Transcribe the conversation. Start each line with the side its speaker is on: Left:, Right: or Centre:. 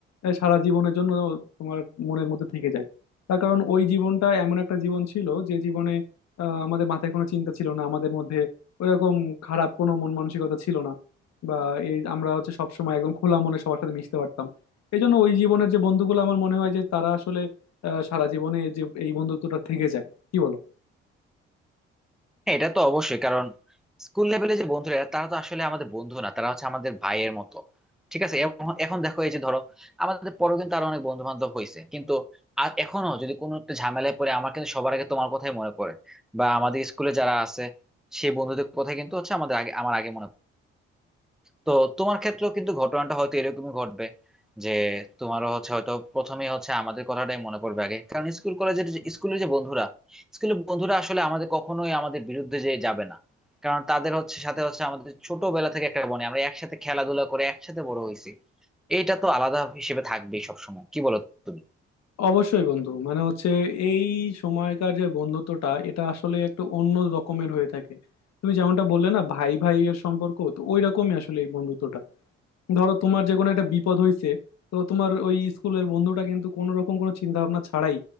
Left: আহ, সারা জীবনের জন্য তোমার মনের মধ্যে থেকে যায় তার কারণ ওই জীবনটা এমন একটা জীবন ছিল যে জীবনে আহ, আমাদের মাথায় কোনো চিন্তা ছিল না আমাদের মধ্যে ওইরকম খারাপ কোনো মন মানসিকতা ছিল না বা এই আমরা হচ্ছে সবসময় একদম খোলা মনে সবার সাথে মিশতে পারতাম এই জন্য ওই জীবনের যে বন্ধুগুলো আমার মনে হয় যে তারা আসলে আহ, সারা জীবনে যে এই বন্ধুত্বটা থেকে যায় কি বলো
Centre: হ্যাঁ এটা তো অবশ্যই কারণ স্কুল লেভেলে যে বন্ধুরা তারা তো আসলে আমাদের বন্ধু না তারা হচ্ছে আমাদের ভাইয়ের মতো ঠিক আছে এবং এখন দেখো এই যে ধরো আমাদের পরেও কিন্তু আরো অনেক বন্ধু বান্ধব হয়েছে কিন্তু আ- এখনো যদি কোনো একটা ঝামেলায় পড়ে আমার কিন্তু সবার আগে তোমার কথাই মনে পড়ে বা আমাদের স্কুলে যারা আছে সেই বন্ধুদের কথাই কিন্তু হচ্ছে আমাদের আগে আমার আগে মনে তো তোমার ক্ষেত্রেও কিন্তু ঘটনাটা হয়তো এরকমই ঘটবে যে তোমারও হচ্ছে হয়তো প্রথমেই হচ্ছে আমাদের কথাটাই মনে পড়বে আগে কারণ স্কুল কলেজের যে- স্কুলের যে বন্ধুরা স্কুলের বন্ধুরা আসলে আমাদের কখনোই আমাদের বিরুদ্ধে যে যাবে না কারণ তাদের হচ্ছে সাথে হচ্ছে আমাদের ছোটবেলা থেকে একটা বনে আমরা একসাথে খেলাধুলা করে একসাথে বড় হয়েছি এইটা তো আলাদা হিসেবে থাকবেই সবসময় কি বলো তুমি?
Left: অবশ্যই বন্ধু মানে হচ্ছে এই সময়কার যে বন্ধুত্বটা এটা আসলে একটু অন্য রকমের হয়ে থাকে তুমি যেমনটা বললে না ভাই ভাইয়ের সম্পর্ক তো ওই রকমই আসলে এই বন্ধুত্বটা ধরো তোমার যে কোনো একটা বিপদ হয়েছে তো তোমার ওই স্কুলের বন্ধুটা কিন্তু কোনো রকম কোনো চিন্তা ভাবনা ছাড়াই